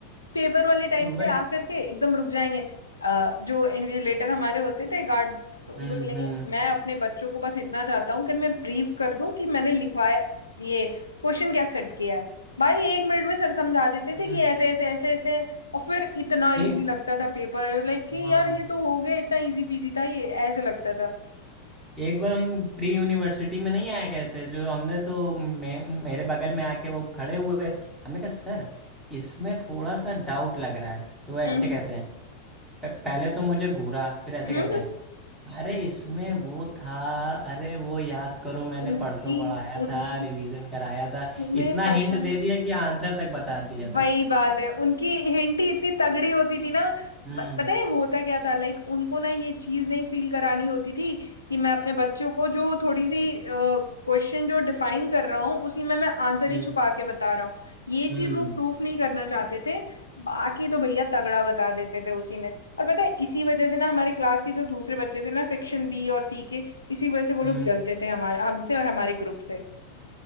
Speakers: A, on the left; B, in the centre.
A: पेपर वाले टाइम
B: वो
A: पे आकर के एकदम रुक जाएंगे अ, जो इन्विजिलेटर हमारे होते थे गार्ड तो उनको
B: हम्म
A: बोलेंगे
B: हम्म
A: मैं अपने बच्चों को बस इतना चाहता हूँ कि मैं ब्रीफ कर दूं कि मैंने लिखवाया ये क्वेश्चन क्या सेट किया है भाई एक मिनट में सर समझा देते थे
B: हम्म,
A: कि ऐसे ऐसे ऐसे ऐसे और फिर इतना इजी
B: एक
A: लगता था पेपर आई वाज लाइक कि
B: हाँ
A: यार ये तो हो गया इतना इजी पीजी था ये ऐसे लगता था
B: एक बार हम प्री यूनिवर्सिटी में नहीं आए गए थे जो हमने तो मे, मेरे बगल में आके वो खड़े हुए हमने कहा सर इसमें थोड़ा सा डाउट लग रहा है तो वो ऐसे
A: हम्म
B: कहते हैं प- पहले तो मुझे घूरा फिर ऐसे
A: हम्म
B: कहते
A: <laughs> हम्म,
B: हैं अरे इसमें वो था अरे वो याद करो मैंने
A: हम्म। उनकी
B: परसों पढ़ाया
A: उनकी
B: था रिवीजन कराया था
A: तुम्हें
B: इतना
A: पता
B: हिंट दे दिया कि आंसर तक बता दिया था
A: वही बात है उनकी हिंट ही इतनी तगड़ी होती थी ना
B: हम्म
A: प- पता है होता क्या था लाइक उनको ना ये चीज नहीं फील करानी होती थी कि मैं अपने बच्चों को जो थोड़ी सी क्वेश्चन जो डिफाइन कर रहा हूँ उसी में मैं आंसर
B: हम्म
A: ही छुपा के बता रहा हूँ ये चीज
B: हम्म
A: वो प्रूफ नहीं करना चाहते थे बाकी तो भैया तगड़ा बता देते थे उसी में और पता है इसी वजह से ना हमारे क्लास के जो दूसरे बच्चे थे ना सेक्शन बी और सी के इसी वजह से वो लोग
B: हम्म
A: जलते थे हमारे हमसे और हमारे ग्रुप से